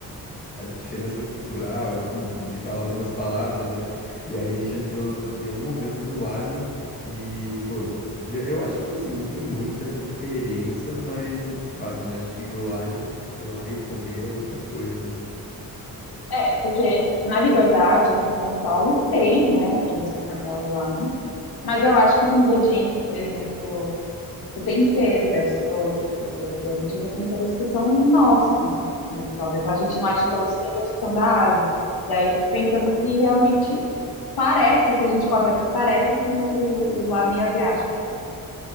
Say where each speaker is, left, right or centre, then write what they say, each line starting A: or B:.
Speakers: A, on the left; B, on the left.
A: a diferença cultural, enfim, de falar algumas palavras, né? E aí a gente entrou em algum momento do lamen e, pô, vi- eu acho que assim, não tem muita diferença, mas de fato, né? Acho que ir lá, de, ir lá e comer é outra coisa.
B: É, porque na Liberdade, aqui em São Paulo, tem, né, pra você comprar o lamen. Mas eu acho que os ingredientes, por exemplo, o tempero deve ser outro, porque aqui a gente usa temperos que são nossos, né? Talvez a gente não ache todos os temperos que são da Ásia. E aí eu fico pensando se realmente Parece, o que a gente come aqui parece com o, o lamen asiático, sabe?